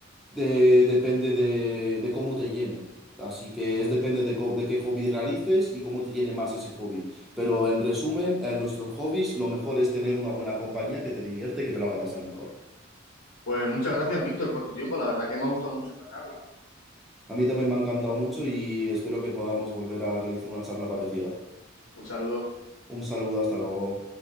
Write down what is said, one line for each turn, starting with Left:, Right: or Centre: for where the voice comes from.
Centre: de- depende de, de cómo te llene. Así que es depende de, co- de qué hobby realices y cómo te llene más ese hobby. Pero en resumen, en nuestros hobbies lo mejor es tener una buena compañía que te divierte y que te lo haga pasar mejor.
Left: Pues muchas gracias, Víctor, por tu tiempo. La verdad que me ha gustado mucho esta charla.
Centre: A mí también me ha encantado mucho y espero que podamos volver a realizar una charla parecida.
Left: Un saludo.
Centre: Un saludo, hasta luego.